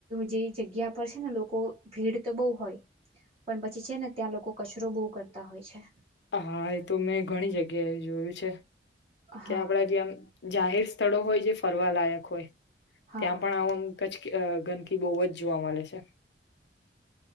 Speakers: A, on the right (about 35°); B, on the left (about 75°).
A: જે જગ્યા પર છે ને લોકો ભીડ તો બહુ હોય પણ પછી છે ને ત્યાં લોકો કચરો બહુ કરતા હોય છે
B: હા એ તો મેં ઘણી જગ્યાએ જોયું છે કે
A: હા
B: આપણા જેમ જાહેર સ્થળો હોય જે ફરવા લાયક હોય
A: હા
B: ત્યાં પણ આવમ કચ્છ ગંદકી બહુ જ જોવા મળે છે